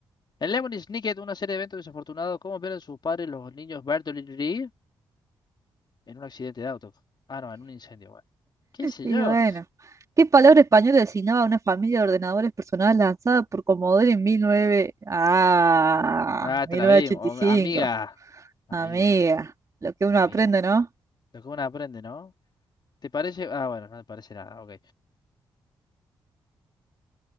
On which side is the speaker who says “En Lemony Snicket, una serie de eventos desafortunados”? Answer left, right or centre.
Left